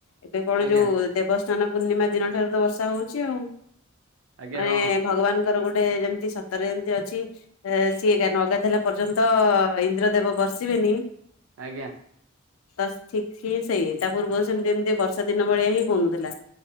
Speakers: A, on the left; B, on the right.
A: ଏବେ କଣ
B: ଆଜ୍ଞା
A: ଯୋଉ ଦେବସ୍ନାନ ପୂର୍ଣ୍ଣିମା ଦିନ ଠାରୁ ତ ବର୍ଷା ହଉଛି ଆଉ
B: ଆଜ୍ଞା
A: ମାନେ
B: ହଁ
A: ଭଗବାନଙ୍କର ଗୋଟେ ଯେମିତି ସତରେ ଯେମିତି ଅଛି ସିଏ ନ ଗାଧେଇଲା ପର୍ଯ୍ୟନ୍ତ ଇନ୍ଦ୍ର ଦେବ ବର୍ସିବେନି
B: ଆଜ୍ଞା।
A: ତ ଠିକ୍ ସ ସେଇ ତା ପୂର୍ବରୁ ସେମିତି ଏମିତି ବର୍ଷା ଦିନ ଭଳିଆ ହିଁ ହଉନଥିଲା।